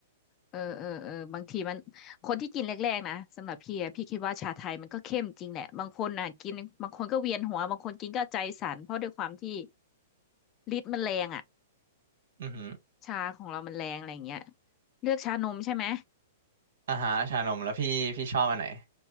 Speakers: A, on the left (about 25°); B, on the right (about 70°).
A: เออเออเออเออเออเออบางทีมันคนที่กินแรกๆนะสำหรับพี่อะพี่คิดว่าชาไทยมันก็เข้มจริงแหละ บางคนอ่ะกินบางคนก็เวียนหัวบางคนกินก็ใจสั่นเพราะด้วยความที่ฤทธิ์มันแรงอ่ะ
B: อือหือ
A: ชาของเรามันแรงอะไรอย่างเงี้ยเลือกชานมใช่ไหม
B: อาหารชานมแล้วพี่พี่ชอบอันไหน